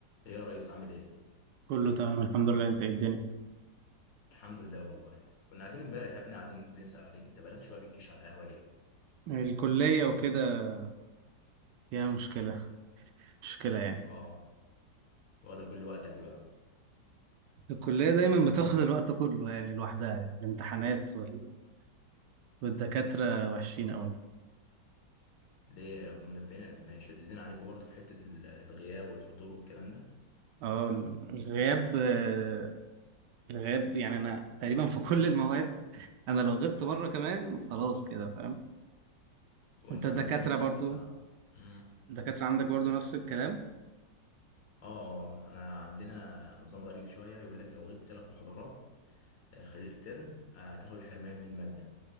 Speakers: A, on the left (about 75°); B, on the right (about 75°).
A: ايه يا ريس عامل ايه؟
B: كله تمام الحمد لله انت ايه الدنيا
A: الحمد لله والله كنا قاعدين امبارح يا ابني قاعدين بنسأل عليك انت بقالك شويه بتجيش على القهوه ليه؟
B: الكلية وكده فيها مشكلة مشكلة يعني
A: اه واخده كل وقتك بقى
B: الكلية دايما بتاخد الوقت كله يعني لوحدها يعني الامتحانات وال... والدكاترة وحشين قوي
A: ليه منبهين مشددين عليكم برضو في حته ال- الغياب والحضور والكلام ده
B: اه ال- الغياب آه، الغياب يعني انا تقريبا في كل المواد <laughs> انا لو غبت مرة كمان خلاص كده فاهم
A: وانت
B: انت الدكاترة
A: عندكم النظام
B: برضو
A: بتاع مم.
B: الدكاترة عندك برضو نفس الكلام
A: اه اه انا عندنا نظام غريب شويه يقول لك لو غبت ثلاث محاضرات آه، خلال الترم آه، هتاخد حرمان من المادة